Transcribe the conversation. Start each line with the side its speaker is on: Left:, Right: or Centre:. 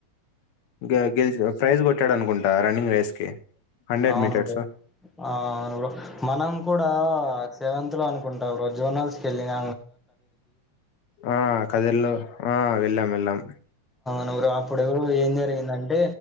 Left: గ గెలిచ ప్రైజ్ కొట్టాడు అనుకుంటా రన్నింగ్ రేస్ కి హండ్రెడ్
Centre: అవును
Left: మీటర్స్
Centre: బ్రో అవును బ్రో మనం కూడా సేవంత అనుకుంటా బ్రో జోనల్స్ కి వెళ్లిన
Left: ఆ కదిరిలో ఆ వెళ్ళాం వెళ్ళాం
Centre: నరు ఇప్పుడు ఏం జరిగిందంటే